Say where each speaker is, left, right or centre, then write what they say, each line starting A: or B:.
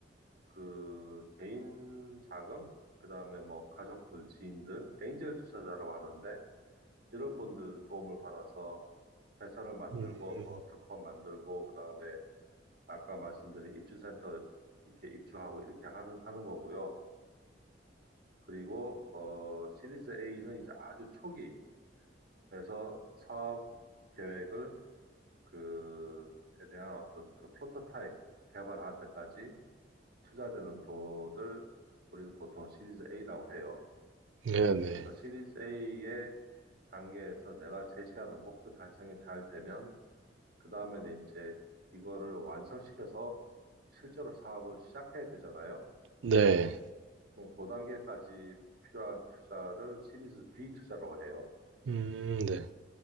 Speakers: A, on the right; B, on the right.
A: 그 개인 자금, 그다음에 뭐 가족들, 지인들, 엔젤 투자자라고 하는데 이런 분들 도움을 받아서 회사를 만들고
B: 음,
A: 뭐 특허 만들고 그다음에 아까 말씀드린 입주센터 이렇게 입주하고 이렇게 하는 하는 거고요. 그리고 어 시리즈 A는 이제 아주 초기 그래서 사업 계획을 그에 대한 어떤 그 프로토타입 개발하는 데까지 투자되는 돈을 우리는 보통 시리즈 A라고 해요.
B: 네네,
A: 그래서 시리즈 A의 단계에서 내가 제시하는 목표 달성이 잘 되면 그 다음에는 이제 이거를 완성시켜서 실제로 사업을 시작해야 되잖아요.
B: 네.
A: 그그 단계까지 필요한 투자를 시리즈 B 투자라고 해요.
B: 음, 네.